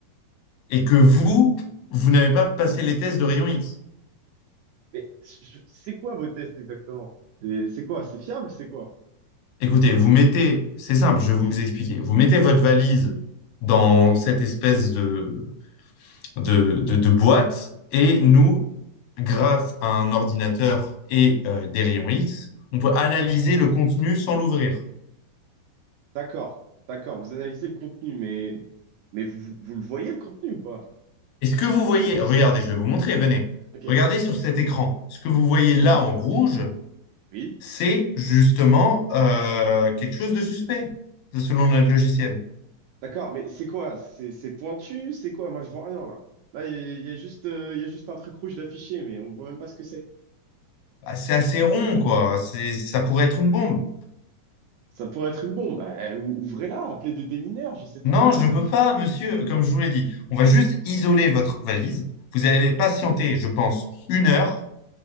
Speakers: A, on the left; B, on the right.
A: et que vous, vous n'avez pas passé les tests de rayon X.
B: Mais je- c'est quoi vos tests exactement? Et C'est quoi? C'est fiable? C'est quoi?
A: Écoutez, vous mettez, c'est simple, je vais vous expliquer. Vous mettez votre valise dans cette espèce de, de, de, de boîte. Et nous, grâce à un ordinateur et euh, des rayons X, on peut analyser le contenu sans l'ouvrir.
B: D'accord, d'accord. Vous analysez le contenu, mais, mais vous, vous le voyez le contenu ou pas?
A: Et ce que vous voyez, regardez, je vais vous montrer, venez.
B: Ok,
A: Regardez sur cet
B: ok.
A: écran. Ce que vous voyez là
B: Oui,
A: en rouge,
B: oui.
A: c'est justement euh, quelque chose de suspect, selon notre logiciel.
B: D'accord, mais c'est quoi? C'est c'est pointu? C'est quoi? Moi, je vois rien là. Là, il y, a il y a juste, euh, il y a juste un truc rouge d'affiché, mais on voit même pas ce que c'est.
A: Bah, c'est assez rond, quoi. C'est, ça pourrait être une bombe.
B: Ça pourrait être une bombe. Bah, ou- ouvrez-la, appelez des démineurs, je sais pas.
A: Non, je
B: euh.
A: ne peux pas, monsieur, comme je vous l'ai dit. On va juste isoler votre valise. Vous allez patienter, je pense, une heure,